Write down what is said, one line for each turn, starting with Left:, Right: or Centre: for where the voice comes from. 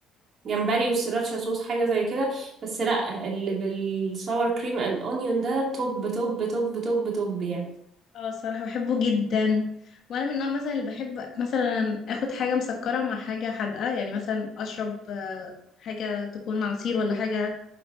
Right: جمبري والسراتشا صوص حاجة زي كده بس لا اللي بالصور كريم اند اونيون ده توب توب توب توب توب يعني
Left: اه الصراحة بحبه جدا وانا من النوع مثلا اللي بحب مثلا اخد حاجة مسكرة مع حاجة حادقة يعني مثلا اشرب آه، حاجة تكون عصير ولا حاجة